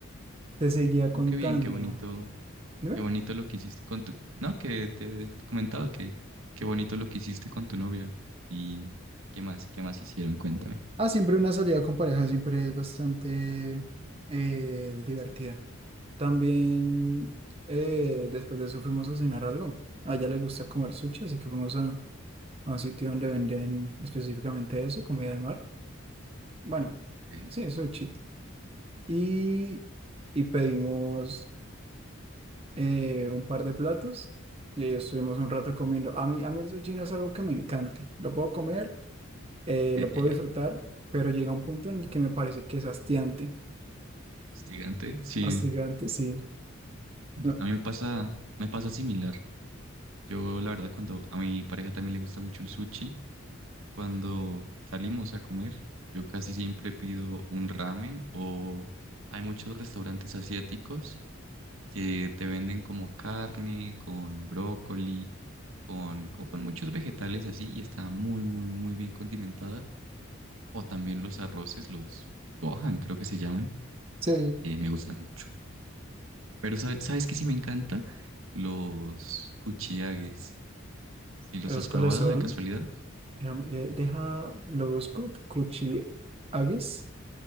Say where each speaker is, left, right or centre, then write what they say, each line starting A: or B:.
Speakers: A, on the right; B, on the right.
A: Te seguía
B: Pero
A: contando.
B: qué bien, qué Sí. bonito,
A: Dime.
B: qué bonito lo que hiciste con tu... No, que te, te comentaba que qué bonito lo que hiciste con tu novia. ¿Y qué más? ¿Qué más hicieron? Cuéntame.
A: Ah, siempre una salida con pareja siempre es bastante eh, divertida. También eh, después de eso fuimos a cenar algo. A ella le gusta comer sushi, así que fuimos a, a un sitio donde venden específicamente eso, comida de mar. Bueno,
B: Okay.
A: sí, sushi. Y, y pedimos. eh, un par de platos y ahí estuvimos un rato comiendo. A mí, a mí el sushi no es algo que me encante. Lo puedo comer, eh,
B: <laughs>
A: lo puedo disfrutar, pero llega un punto en el que me parece que es hastiante.
B: Hostigante. Sí,
A: Hastigante, sí. No,
B: a mí me pasa, me pasa similar. Yo, la verdad, cuando a mi pareja también le gusta mucho el sushi, cuando salimos a comer, yo casi siempre pido un ramen o hay muchos restaurantes asiáticos que te venden como carne, con brócoli, con, como con muchos vegetales así y está muy, muy, muy bien condimentada. O también los arroces, los gohan, creo que se llaman,
A: Sí.
B: eh, me gustan mucho. Pero ¿sabe- ¿sabes qué sí me encanta? Los kuchiagues. Si los
A: ¿esos
B: has
A: cuáles
B: probado
A: son?
B: de casualidad?
A: Déjame- eh, Deja, lo busco. Kuchi agis,